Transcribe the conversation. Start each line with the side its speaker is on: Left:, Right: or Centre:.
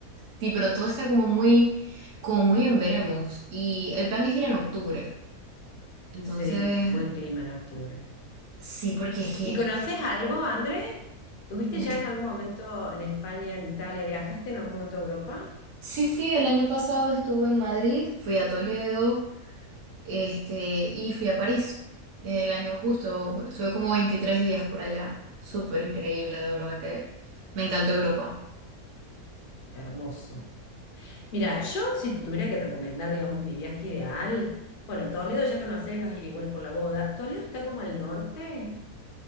Right: sí, pero todo está como muy, como muy en veremos y el plan es ir en octubre. Entonces,
Left: Sí, buen clima en octubre.
Right: sí, porque es que,
Left: ¿Y conoces algo, André? ¿Tuviste
Right: de-
Left: ya en algún momento en España, en Italia? ¿Viajaste en algún momento a Europa?
Right: sí, sí, el año pasado estuve en Madrid, fui a Toledo, este, y fui a París. El año justo, estuve como 23 días por allá. Súper increíble, de verdad que me encantó Europa.
Left: Hermoso. Mira, yo si te tuviera que recomendar, digamos, mi viaje ideal, bueno, Toledo ya conoces, vas a ir igual por la boda. ¿Toledo está como al norte?